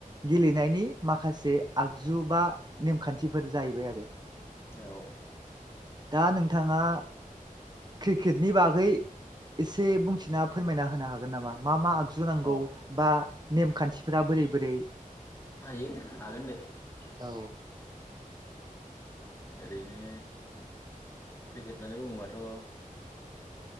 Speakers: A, on the right; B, on the left.
A: गेलेनायनि माखासे आगजु बा नेमखान्थिफोर जाहैबाय आरो
B: औ
A: दा नोंथांङा क्रिकेटनि बागै एसे बुंथिना फोरमायना होनो हागोन नामा मा मा आगजु नांगौ
B: औ
A: बा नेमखान्थिफ बोरै बोरै
B: हायो हागोन दे
A: औ
B: ओरैनो क्रिकेट होननानै बुङोबाथ'